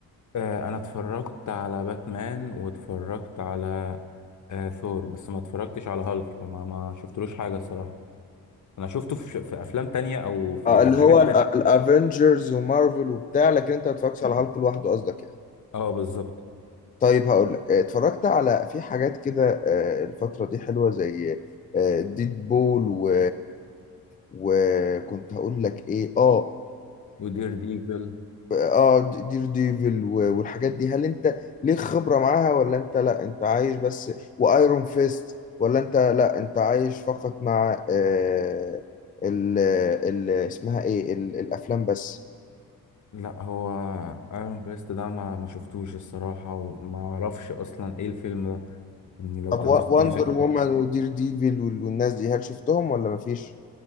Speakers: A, on the left; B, on the left.
A: آه انا اتفرجت على باتمان واتفرجت على آه ثور بس ما اتفرجتش على هالك ما ما شفتلوش حاجة الصراحة انا شفته في, في افلام تانية او في
B: آه،
A: يعني
B: اللي
A: في حاجات
B: هو
A: تانية
B: الافنجرز ومارفل وبتاع لكن انت ما اتفرجتش على هالك لوحده قصدك يعني
A: اه بالظبط
B: طيب هقول لك آه، اتفرجت على في حاجات كده آه، الفتره دي حلوه زي ديد بول و وكنت هقول لك ايه اه
A: ودير ديفل
B: اه د- دير ديفل و- والحاجات دي هل انت ليك خبرة معاها ولا انت لا انت عايش بس وايرون فيست ولا انت لا انت عايش فقط مع آه ال ال اسمها ايه ال الافلام بس
A: لا هو ايرون بريست ده ما ما شفتوش الصراحة وما اعرفش اصلا ايه الفيلم ده يعني لو
B: طب
A: تقدر
B: و-
A: تديني
B: وندر
A: فكرة
B: وومن ودير ديفل وال- والناس دي هل شفتهم ولا مفيش